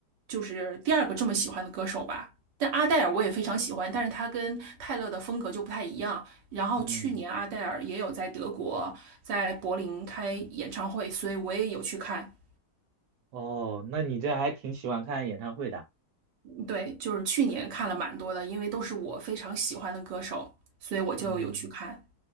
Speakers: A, on the right (about 85°); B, on the right (about 70°).
A: 就是第二个这么喜欢的歌手吧。但阿黛尔我也非常喜欢，但是他跟泰勒的风格就不太一样。然后去年阿黛尔也有在德国在柏林开演唱会，
B: 嗯
A: 所以我也有去看。
B: 哦，那你这还挺喜欢看演唱会的。
A: 嗯对，就是去年看了蛮多的，因为都是我非常喜欢的歌手，所以我就有去看。
B: 嗯，